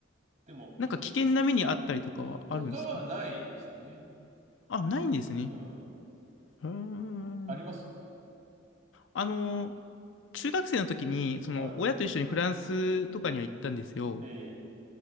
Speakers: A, on the right; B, on the left.
A: でも、
B: なんか、
A: そうだよ。
B: 危険な目にあったりとかはあるんですか
A: とかはないですね。
B: あ、ないんですね。
A: うん。
B: へー
A: あります
B: あの、中学生の時に、その、
A: はい。
B: 親と一緒にフランスとかには行ったんですよ。
A: ええ